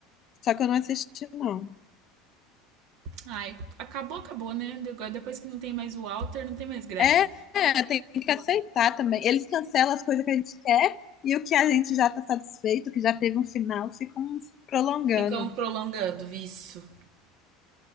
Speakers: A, on the left (about 40°); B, on the right (about 70°).
A: Só que eu não assisti, não.
B: Ai, acabou, acabou, né? Agora, depois que não tem mais o Walter, não tem mais graça.
A: É, é, tem que aceitar também. Eles cancelam as coisas que a gente quer e o que a gente já tá satisfeito, que já teve um final, ficam prolongando.
B: Ficam prolongando isso.